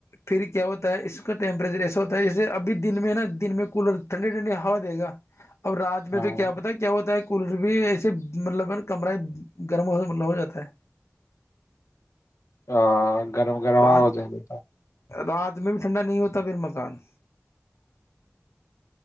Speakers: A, on the left; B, on the left.
A: پھر کیا ہوتا ہے اس کا ٹائم ایسا ہوتا ہے جیسے اب دن میں نا دن میں کولر ٹھنڈی ٹھنڈی ہوا دے گا اور رجنیتک
B: ہاں
A: کیا پتا کیا ہوتا ہے کولر بھی ایسے مطلب ہے نا کمرہ گرم ہو مطلب ہو جاتا ہے
B: <inaudible> گرم گرم
A: رات
B: ہو جائے گے
A: رات میں بھی ٹھنڈا نہیں ہوتا پھر مکان